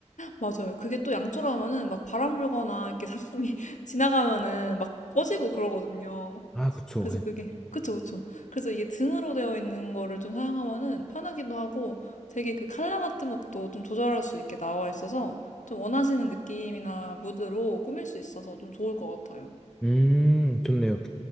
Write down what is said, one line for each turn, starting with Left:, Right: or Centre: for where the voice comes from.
Left: 맞아요. 그게 또 양초라면은 막 바람 불거나 이렇게 사람이 <laughs> 지나가면은 막 꺼지고 그러거든요.
Centre: 아 그쵸
Left: 그래서
Centre: 네.
Left: 그게 그쵸, 그쵸. 그래서 이게 등으로 되어 있는 거를 좀 사용하면은 편하기도 하고 되게 그 컬러 같은 것도 좀 조절할 수 있게 나와 있어서 좀 원하시는 느낌이나 무드로 꾸밀 수 있어서 좀 좋을 것 같아요.
Centre: 음 좋네요